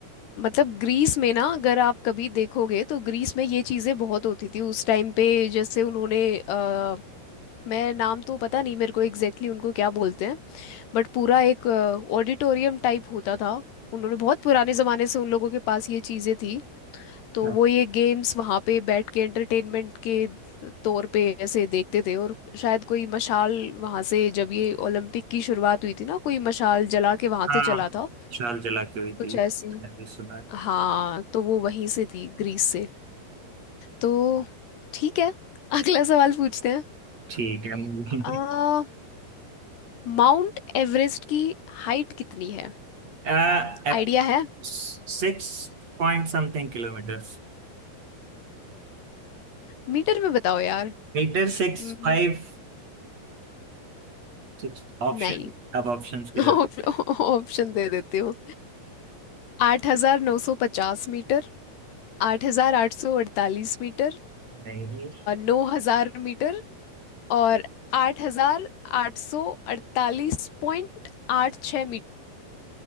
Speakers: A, on the left; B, on the right.
A: मतलब ग्रीस में ना अगर आप कभी देखोगे तो ग्रीस में ये चीजें बहुत होती थी उस टाइम पे जैसे उन्होंने अ, मैं नाम तो पता नहीं मेरे को एग्जैक्टली exactly उनको क्या बोलते हैं बट पूरा एक ऑडिटोरियम टाइप होता था उन्होंने बहुत पुराने जमाने से उन लोगों के पास ये चीजें थी तो
B: <laughs>
A: वो ये गेम्स वहाँ पे बैठ के एंटरटेनमेंट के तौर पे ऐसे देखते थे और शायद कोई मशाल वहाँ से जब ये ओलंपिक की शुरुआत हुई थी ना कोई मशाल जला के वहाँ
B: हाँ
A: से चला
B: विशाल
A: था
B: जला के हुई थी
A: कुछ ऐसी
B: मैंने भी सुना
A: हाँ तो वो वहीं से थी ग्रीस से तो ठीक है <laughs> अगला सवाल पूछते हैं
B: ठीक है मूवी
A: आ, माउंट एवरेस्ट की हाइट कितनी है
B: <laughs> आ,
A: आइडिया है
B: six point something kilometre
A: मीटर में बताओ यार
B: Metre six
A: हम्म,
B: five six option
A: नहीं
B: अब ऑप्शंस की
A: <laughs>
B: जरूरत
A: ऑप्शन दे देती हूँ आठ हजार नौ सौ पचास मीटर आठ हजार आठ सौ अड़तालीस मीटर
B: <laughs> नहीं
A: नौ हजार मीटर और आठ हजार आठ सौ अड़तालीस पॉइंट आठ छः